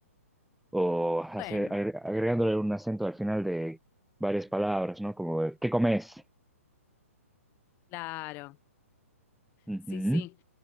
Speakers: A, in the centre; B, on the left (about 25°).
A: o hacer-
B: Bueno,
A: agre- agregándole un acento al final de varias palabras, ¿no? Como, ¿qué comes?
B: claro,
A: Ujú.
B: sí, sí.